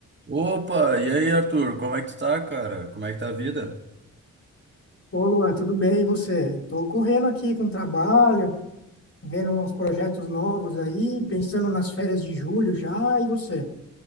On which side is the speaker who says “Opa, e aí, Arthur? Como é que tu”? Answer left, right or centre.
Right